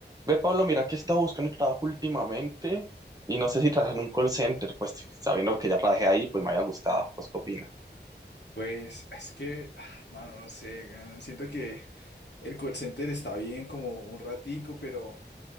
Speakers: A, on the right; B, on the left.
A: Ve, Pablo, mira que he estado buscando trabajo últimamente y no sé si trabajar en un call center, pues sabiendo que ya trabajé ahí, pues me había gustado. Pues, ¿qué opina?
B: Pues es que, <sighs> ah, mano, no sé, gan, siento que el call center está bien como un ratico, pero